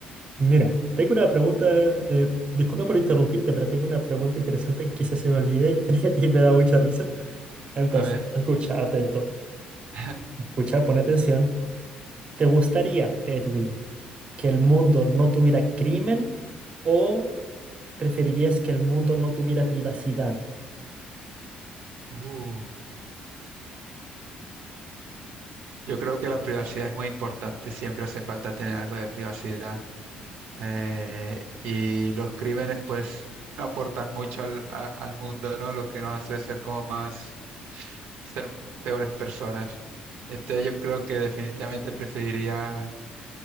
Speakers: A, on the right (about 35°); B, on the right (about 75°).
A: Mira, tengo una pregunta, eh, disculpa por interrumpirte, pero tengo una pregunta interesante que quizás se me olvide <laughs> y me da mucha risa. Entonces,
B: A ver.
A: escucha, atento.
B: <laughs>
A: Escucha, pon atención. ¿Te gustaría, Edwin, que el mundo no tuviera crimen o preferirías que el mundo no tuviera privacidad?
B: Uh. Yo creo que la privacidad es muy importante, siempre hace falta tener algo de privacidad. eh, y los crímenes, pues, no aportan mucho al, a- al mundo, ¿no? Lo que nos hace ser como más, ser peores personas. Entonces yo creo que definitivamente preferiría